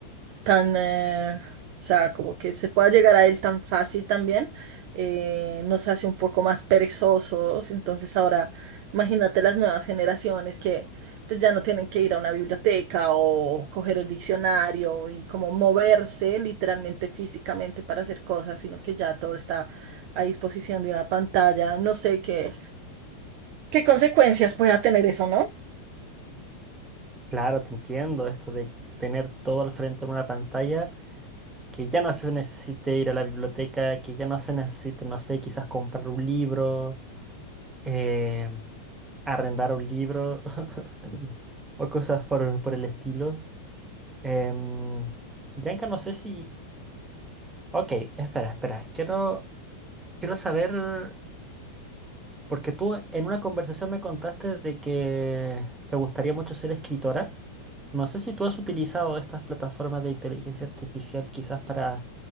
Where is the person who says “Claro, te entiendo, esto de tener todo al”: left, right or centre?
Right